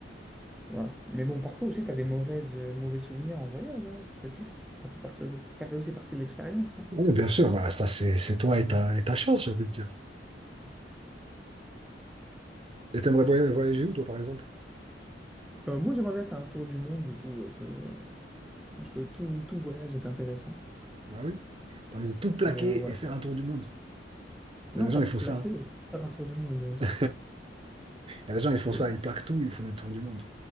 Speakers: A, in the centre; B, on the right.
A: Voilà. Mais bon, parfois aussi, tu as des mauvaises, euh, mauvais souvenirs en voyage. hein. C'est- c'est- Ça fait partie aussi, ça fait aussi partie de l'expérience. hein.
B: Oui, bien sûr, bah, ça, c'est, c'est toi
A: Mhm.
B: et ta, et ta chance, j'ai envie de dire. Et t'aimerais voya- voyager où, toi, par exemple?
A: Euh, moi, j'aimerais bien faire un tour du monde, du coup, euh, je, euh, je pense que tout, tout voyage est intéressant.
B: Ah oui? T'as envie de tout plaquer
A: Et euh, ouais.
B: et faire un tour du monde.
A: Non,
B: Il y a des gens,
A: pas
B: ils
A: tout
B: font
A: plaquer,
B: ça. hein.
A: faire un tour du monde. euh,
B: <laughs>
A: <laughs> c'est-
B: Il y a des gens, ils
A: c'est-
B: font ça, ils plaquent tout, ils font des tours du monde.